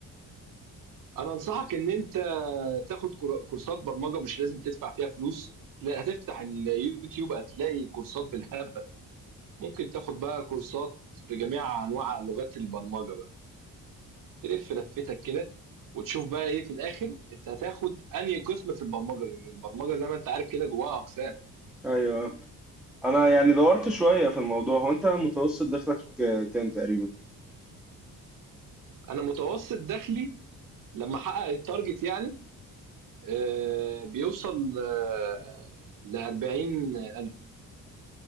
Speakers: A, on the right; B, in the centre.
A: أنا أنصحك إن أنت تاخد كور كورسات برمجة مش لازم تدفع فيها فلوس، هتلا هتفتح اليوتيوب هتلاقي كورسات بالهبل، ممكن تاخد بقى كورسات في جميع أنواع لغات البرمجة بقى، تلف لفتك كده وتشوف بقى إيه في الآخر أنت هتاخد أنهي قسم في البرمجة، لأن البرمجة زي ما أنت عارف كده جواها أقسام،
B: ايوه انا يعني دورت شويه في الموضوع هو انت متوسط دخلك آه، كام تقريبا
A: أنا متوسط دخلي لما أحقق التارجت يعني آآ بيوصل آه، ل ل40,000